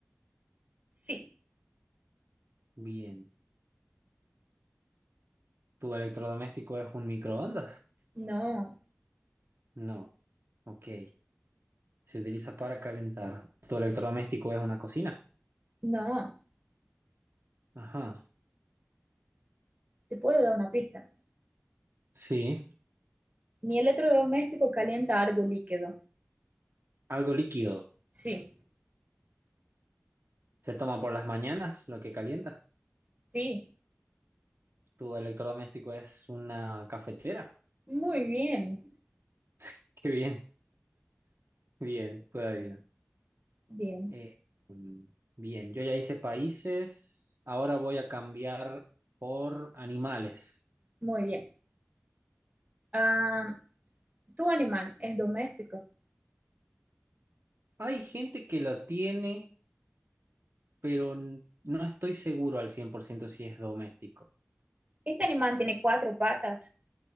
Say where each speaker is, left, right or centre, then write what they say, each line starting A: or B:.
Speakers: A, on the right (about 35°); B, on the right (about 65°).
A: sí.
B: Bien. ¿Tu electrodoméstico es un microondas?
A: no,
B: No. Ok, se utiliza para calentar. Tu electrodoméstico es una cocina.
A: no.
B: Ajá.
A: Te puedo dar una pista.
B: Sí,
A: Mi electrodoméstico calienta algo líquido.
B: algo líquido.
A: Sí,
B: Se toma por las mañanas, lo que calienta.
A: sí.
B: Tu electrodoméstico es una cafetera.
A: Muy bien.
B: <laughs> Qué bien, bien, puedo adivinar.
A: Bien.
B: Eh, mm, bien, yo ya hice países. Ahora voy a cambiar por animales.
A: Muy bien. Ah, tu animal es doméstico.
B: Hay gente que lo tiene, pero n- no estoy seguro al 100% si es doméstico.
A: Este animal tiene cuatro patas.